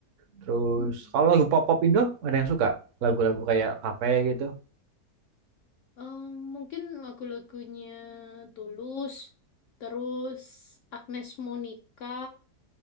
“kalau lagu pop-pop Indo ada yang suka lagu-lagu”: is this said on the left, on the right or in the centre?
Right